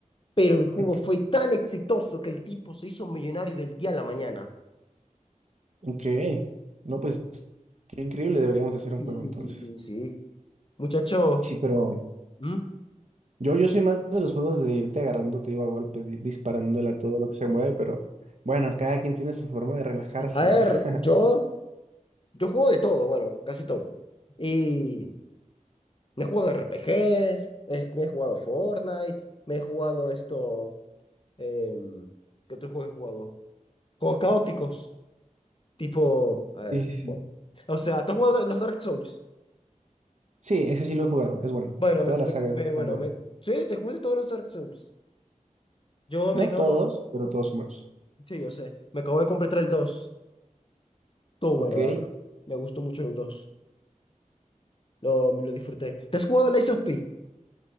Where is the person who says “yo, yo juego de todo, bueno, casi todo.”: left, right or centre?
Left